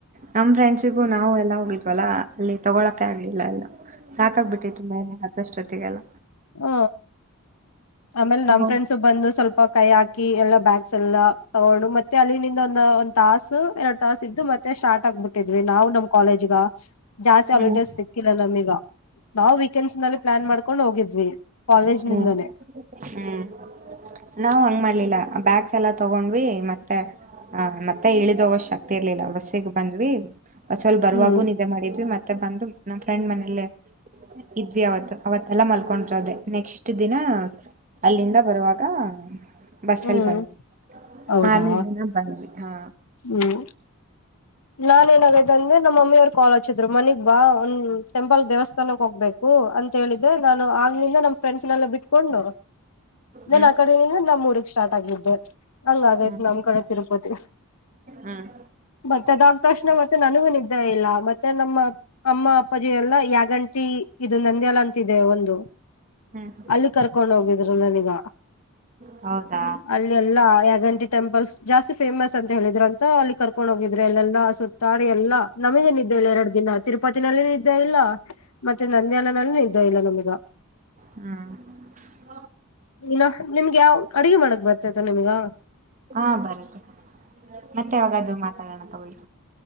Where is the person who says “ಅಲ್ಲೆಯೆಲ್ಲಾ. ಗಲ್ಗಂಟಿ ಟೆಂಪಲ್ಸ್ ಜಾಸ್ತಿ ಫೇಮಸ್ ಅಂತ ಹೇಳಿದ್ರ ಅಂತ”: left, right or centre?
Left